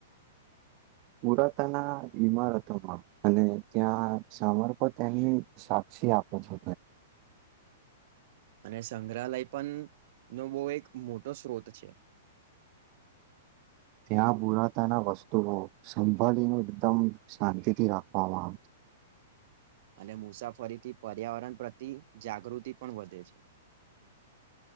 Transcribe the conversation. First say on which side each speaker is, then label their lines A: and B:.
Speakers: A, on the right; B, on the right.
A: પુરાતના ઈમારતોમાં અને ત્યાં સાર્પ તેની સા ક્ષી આપે છે
B: અને સંગ્રહાલય પણ નો બહુ એક મોટો સ્ત્રોત છે.
A: ત્યાં પુરાતાના વસ્તુઓ સંભાળીને એકદમ શાંતિથી રાખવામાં આવતી
B: અને મુસાફરીથી પર્યાવરણ પ્રતિ જાગૃતિ પણ વધે છે. <inaudible>